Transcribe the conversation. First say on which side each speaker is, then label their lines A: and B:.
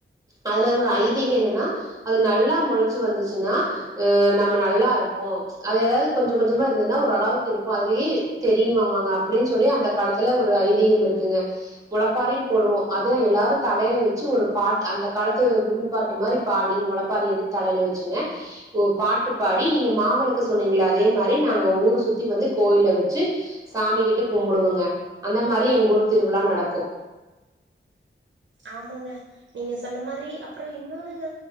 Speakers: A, on the right; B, on the right.
A: அதுல ஒரு ஐதிக என்னன்னா அது நல்லா முளைச்சு வந்துச்சுன்னா அஹ நம்ம நல்லா இருப்போம் அது எதாவது கொஞ்சம் கொஞ்சமா இருந்ததுன்னா ஒரு அளவுக்கு இருக்கும் அதுலயே தெரியுமாமாங்க அப்படின்னு சொல்லி அந்த காலத்துல ஒரு ஐதீகம் இருக்குங்க முளப்பாறையும் போடுவோம் அது எல்லாரும் தலையில வச்சு ஒரு பாட்டு அந்த காலத்து கும்மி பாட்டு மாதிரி பாடி முளப்ப <unintelligible> எடுத் தலைல வச்சுங்க ஓ பாட்டு பாடி நீங்க மாவிளக்கு சொன்னீங்கள அதே மாதிரி நாங்க ஊரை சுற்றி வந்து கோவில் வச்சு சாமி கிட்ட கும்பிடுவங்க அந்த மாதிரி எங்க ஊர் திருவிழா நடக்கும்
B: ஆமாங்க நீங்க சொன்ன மாதிரி அப்புறம் இன்னொன்னுங்க